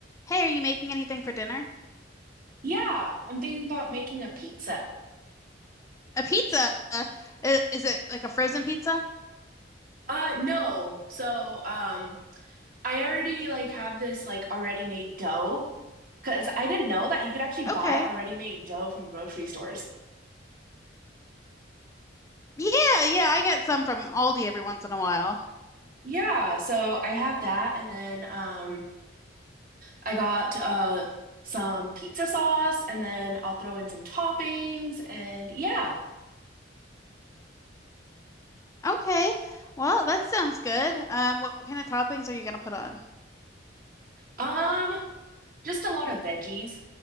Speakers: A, on the left; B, on the right.
A: Hey, are you making anything for dinner?
B: Yeah, I'm thinking about making a pizza.
A: A pizza? Uh, i- Is it like a frozen pizza?
B: Uh no. So um I already like have this like already made dough because I didn't know that you could actually
A: Okay.
B: buy already made dough from grocery stores.
A: Yeah, yeah, I get some from Aldi every once in a while.
B: Yeah, so I have that and then um I got uh some pizza sauce and then I'll throw in some toppings and yeah.
A: Okay. Well, that sounds good. Um, what kind of toppings are you gonna put on?
B: Um just a lot of veggies.